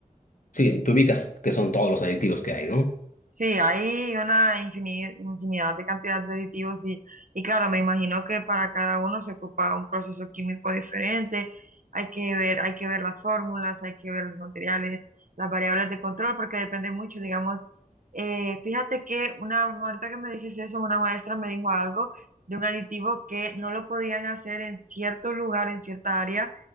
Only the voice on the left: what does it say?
sí, tú ubicas que son todos los aditivos que hay, ¿no?